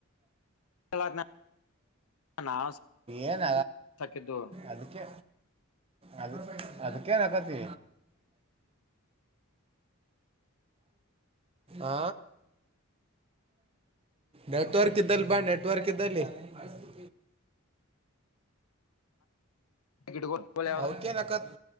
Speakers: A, on the left (about 85°); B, on the right (about 25°).
A: ಸಾಕಿದ್ದ ನಾವ್
B: ಏನ
A: ಸಾಕಿದ್ದು
B: ಅದಕ್ಕೆ ಅದ ಅದಕ್ಕೇನ್ಕತಿ ಆ ನೆಟ್ವರ್ಕ್ ಇದ್ದಲ್ಲಿ ಬಾಯ ನೆಟ್ವರ್ಕ್ ಇದ್ದಲ್ಲಿ ಪರಿಸ್ಥಿತಿ
A: ಗಿಡಗಳು ಯಾವ್ದು
B: ಅವಕ ನಕತ್